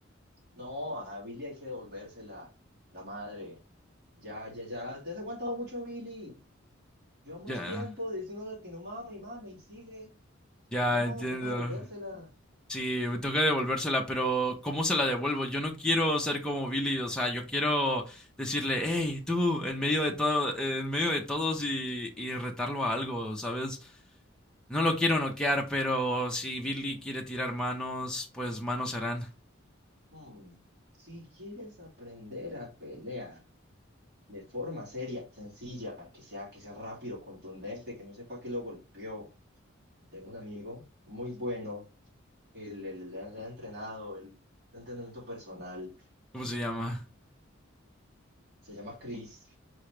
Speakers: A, on the right; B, in the centre.
A: no, a Billy hay que devolvérsela, la, la madre. Ya, ya, ya. Te has aguantado mucho, Billy. Llevamos
B: Ya. Yeah.
A: tiempo diciéndole que no mame y mame y sigue.
B: Ya,
A: No,
B: entiendo.
A: toca devolvérsela.
B: Sí, me toca devolvérsela, pero ¿cómo se la devuelvo? Yo no quiero ser como Billy, o sea, yo quiero decirle, hey, tú, en medio de todo, eh, en medio de todos y, y retarlo a algo, ¿sabes? No lo quiero noquear, pero si Billy quiere tirar manos, pues manos serán.
A: Hmm, Si quieres aprender a pelear de forma seria, sencilla, que sea, que sea rápido, contundente, que no sepa que lo golpeó. Tengo un amigo muy bueno. Él, él- él ha entrenado el entrenamiento personal.
B: ¿Cómo se llama?
A: Se llama Chris.